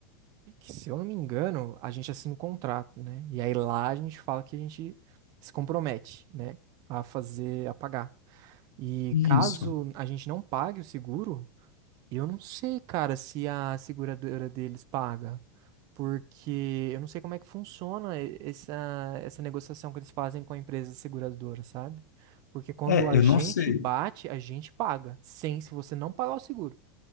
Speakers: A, on the right; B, on the left.
A: E que, se eu não me engano, a gente assina um contrato, né? E aí lá a gente fala que a gente se compromete, né? A fazer, a pagar. E
B: Isso.
A: caso a gente não pague o seguro, eu não sei, cara, se a seguradora deles paga. Porque eu não sei como é que funciona e- essa, essa negociação que eles fazem com a empresa seguradora, sabe? Porque quando
B: É,
A: a
B: eu
A: gente
B: não sei.
A: bate, a gente paga. Sem, se você não pagar o seguro.